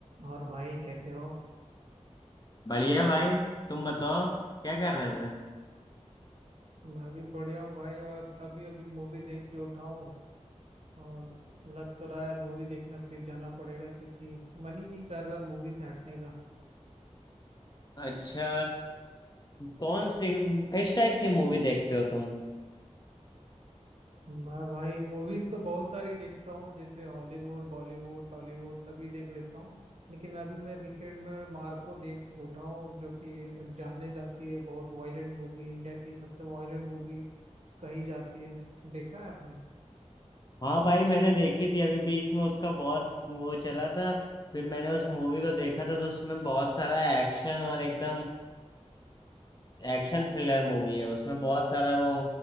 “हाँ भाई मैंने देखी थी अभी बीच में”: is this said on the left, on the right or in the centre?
Left